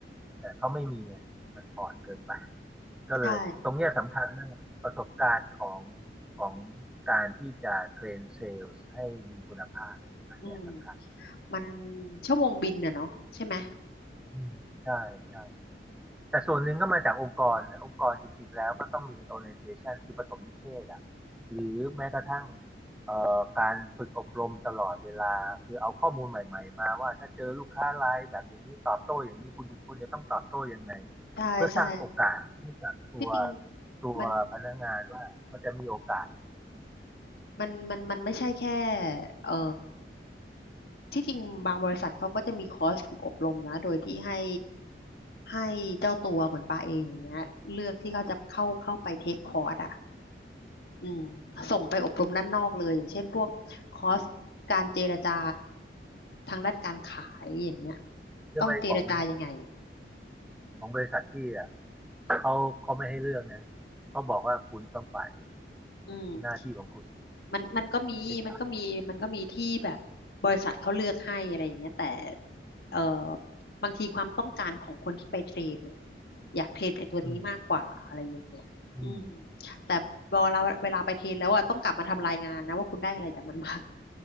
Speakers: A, in the centre; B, on the left (about 65°).
A: แต่เขาไม่มีอะมันอ่อนเกินไปก็เลยตรงเนี้ยสำคัญมากประสบการณ์ของ
B: ใช่
A: ของการที่จะเทรนเซลล์ให้มีคุณภาพเนี่ยอันเนี้ยสำคัญ
B: อืม มันชั่วโมงบินน่ะเนาะใช่ไหม
A: อืมใช่ใช่ แต่ส่วนหนึ่งก็มาจากองค์กรนะองค์กรจริงๆแล้วก็ต้องมี orientation คือปฐมนิเทศอ่ะหรือแม้กระทั่งเอ่อการฝึกอบรมตลอดเวลาคือเอาข้อมูลใหม่ๆมาว่าถ้าเจอลูกค้ารายแบบอย่างนี้ตอบโต้อย่างนี้คุณคุณจะต้องตอบโต้ยังไง
B: ใช่ใช่
A: เพื่อสร้างโอกาสให้กับตัว
B: ที่จริง
A: ตัวพนักงานว่าเขาจะมีโอกาส
B: มันมันมันมันไม่ใช่แค่เอ่อที่จริงบางบริษัทเขาก็จะมีคอร์สฝึกอบรมนะโดยที่ให้ให้เจ้าตัวเหมือนปาเองอย่างเนี้ยเลือกที่เขาจะเข้าเข้าไปเทคคอร์สอ่ะอืมส่งไปอบรมด้านนอกเลยอย่างเช่นพวกคอร์สการเจรจาทางด้านการขายอย่างเงี้ย
A: ใช่ไหมของ
B: ต้องเจรจายังไง
A: ของบริษัทที่อ่ะเขาเขาไม่ให้เลือกนะเขาบอกว่าคุณต้องไป
B: อืม
A: หน้าที่ของคุณ
B: มันมันก็มีมันก็มีมันก็มีที่แบบบริษัทเขาเลือกให้อะไรอย่างเงี้ยแต่
A: HR อชอาร์
B: เอ่อบางทีความต้องการของคนที่ไปเทรดเนี่ยอยากเทรดไอ้ตัวนี้มากกว่าอะไรอย่างเงี้ยอืม
A: อืมอืม
B: แต่เวลาเวลาไปเทรดแล้วอะต้องกลับมาทำรายงานนะว่าคุณได้อะไรจากมันบ้า <laughs> ง